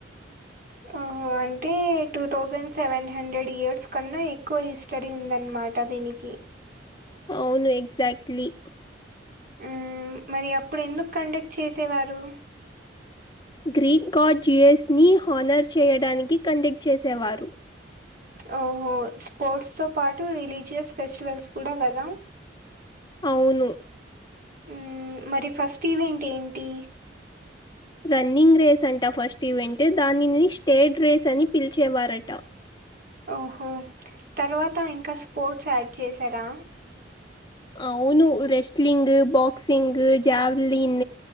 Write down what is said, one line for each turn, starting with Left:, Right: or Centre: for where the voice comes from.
Right: <inaudible> ఓహో అంటే two thousand seven hundred years కన్నా ఎక్కువ హిస్టరీ ఉందన్నమా టా దీనికి
Left: అవును ఎక్జాక్ట్లీ
Right: మ్ మరి అప్పుడు ఎందుకు కండక్ట్ చేసేవారు
Left: గ్రీక్ గాడ్జీఎస్ ని హానర్ చేయడానికి కండక్ట్ చేసేవారు
Right: ఓహో స్పోర్ట్స్ తో పాటు రిలీజియస్ ఫెస్టివల్స్ కూడా కదా
Left: అవును
Right: మ్ మరి ఫస్ట్ ఈవెంట్ ఏంటి
Left: రన్నింగ్ రేస్ అంట ఫస్ట్ ఈవెంట్ దానిని స్టేడ్ రేస్ అని పిలిచేవారట
Right: ఓహో తర్వాత ఇంకా స్పోర్ట్స్ యాడ్ చేసారా
Left: అవును రెస్ట్లింగ్ బాక్సింగ్ జావ్లిన్